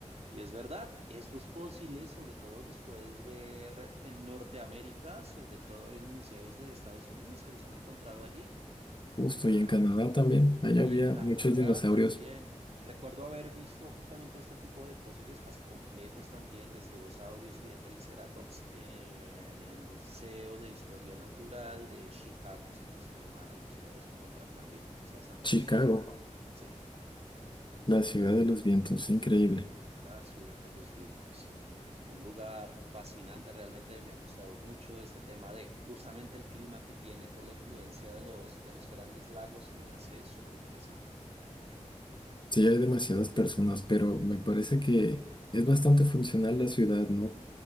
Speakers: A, on the right; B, on the left.
A: Y es verdad, estos fósiles sobre todo los puedes ver en Norteamérica, sobre todo en museos de Estados Unidos que los han encontrado allí.
B: Justo
A: Ah,
B: y en Canadá también, allá
A: y
B: había
A: en Canadá
B: muchos dinosaurios.
A: también. Recuerdo haber visto justamente este tipo de fósiles casi completos también de estegosaurios y de triceratops en el Museo de Historia Natural de Chicago, si no estoy mal, ahí los puedes encontrar también. Es bastante
B: Chicago,
A: interesante. Sí.
B: la ciudad de los vientos, increíble.
A: La ciudad de los vientos, sí. Un lugar fascinante, realmente me ha gustado mucho este tema de justamente el clima que tiene por la influencia de los, de los grandes lagos, se me hace súper interesante.
B: Sí, hay demasiadas personas, pero me parece que es bastante funcional la ciudad, ¿no?